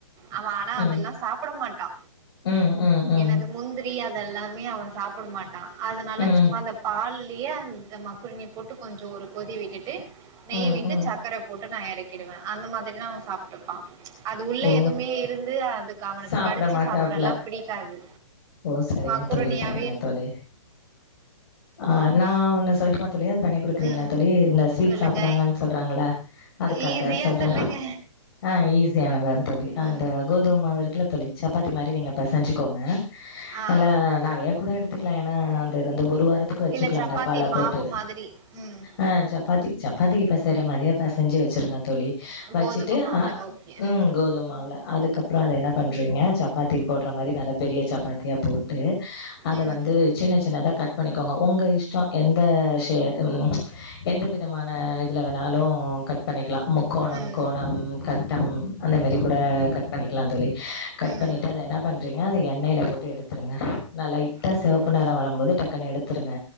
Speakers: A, on the right (about 20°); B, on the left (about 45°).
A: அவன் ஆனா
B: ம்
A: அதுல்லா சாப்புட மாட்டா
B: ம் ம் ம் ம்
A: என்னது முந்திரி அ தெல்லாமே அவங் சாப்புட மாட்டா அதுனால
B: ம்
A: சும்மா இந்த பால் திலே அந்த மக்ரோனிய போட்டு கொஞ்சோ ஒரு கொதி விட்டுட்டு நெய்
B: ம்
A: விட்டு
B: ம்
A: சக்கர போட்டு நா எறக் கிடுவேன் அந்த மாதிரி தா அவன் சாப்ட்டுப்பான் அது உள்ள
B: ஓ
A: எதுமே இருந்து அதுக்கு அவனுக்கு
B: சாப்ட
A: கடிச்சு
B: மாட்டாப்ல
A: சாப்டல்லா பிடிக்காது
B: ஓ சரிங்க
A: மக்குருனியா
B: தோழி சரிங்க தோழி ஆ நா ஒன்னு சொல்ட்டுமா தோழி அது பண்ணி குடுக்குறீங்களா
A: ம்
B: தோழி இந்த ஸ்வீட்
A: சொல்லுங்க
B: சாப்புட்றாங்கன்னு சொல்றாங்கல அதுக்காக
A: ஈஸியா
B: சொல்ற
A: சொல்லுங்க
B: ஆ ஈசி சியானது தா தோழி அந்த
A: ம்
B: கோதும மாவு இருக்குல தோழி சப்பாத் தி மாரி நீங்க பெசஞ்சிக்கோங்க
A: ஆ
B: நல்ல நெறைய கூட எடுத்துக்கலாம் ஏன்னா ஆ அந்த அந்த ஒரு ஒரு வாரத்துக்கு வச்சுக்கலாம்
A: இல்ல சப்பாத்தி
B: டப்பால
A: மாவு
B: போட்டு
A: மாதிரி ம்
B: ஆ சப்பாத்தி சப் பாத்திக்கு பெசையுற மாரியே பெசஞ்சு வச்சுருங்க தோழி வச்சிட்டு
A: கோதும மாவுல
B: ஆ
A: ஓகே
B: ம் கோதும மாவுல அதுக்கப்றோ அத என்னா பண்றீங்க சப்பாத்தி போடுற மாரி நல்ல பெரிய சப்பாத்தியா போட்டு அத
A: ம்
B: வந்து சின்ன சின்னதா கட் பண்ணிக்கோங்க ஒங்க இஷ்டோ எந்த ஷே ம் எந் எந்த விதமான இதுல வேணாலும் கட் பண்ணிக்கலாம் முக்கோணம்
A: ம்
B: கோணம்
A: ம்
B: கட் அந்த மாரி கூட கட் பண்ணிக்கலாம் தோழி கட்
A: ம்
B: பண்ணிட்டு அத என்னா பண்றிங்க அத எண்ணெய்ல போட் டு எடுத்துருங்க ந லைட்டா
A: ம்
B: செவப்பு நெறோ வரும்போது டக்குனு எடுத்துருங்க